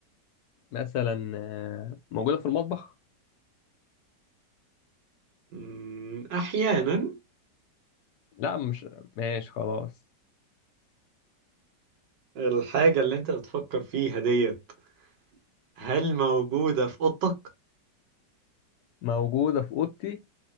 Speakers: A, on the left; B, on the right.
A: مثلا آه، موجودة في المطبخ؟
B: مم، أحيانا
A: لا مش ماشي خلاص
B: الحاجة اللي أنت بتفكر فيها ديت هل موجودة في أوضتك؟
A: موجودة في أوضتي